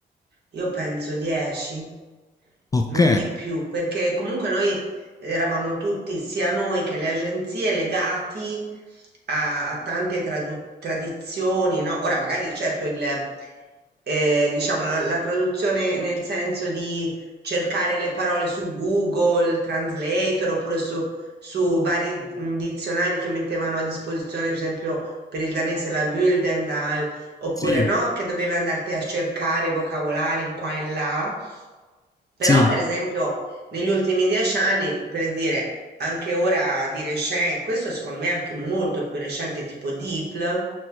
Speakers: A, on the right (about 60°); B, on the left (about 20°).
A: io penso 10,
B: Ok,
A: non di più, perché comunque noi eravamo tutti, sia noi che le agenzie, legati a, a tante tradu- tradizioni, no? Ora magari certo il, eh, diciamo la, la traduzione nel senso di cercare le parole su Google Translator oppure su su vari mh, dizionari che mettevano a disposizione, per esempio per il danese la Gyldendal, oppure
B: sì,
A: no, che dovevi andarti a cercare i vocabolari in qua e in là. Però,
B: sì,
A: per esempio, negli ultimi dieci anni, per dire, anche ora di recente, questo secondo me è anche molto più recente, tipo DeepL,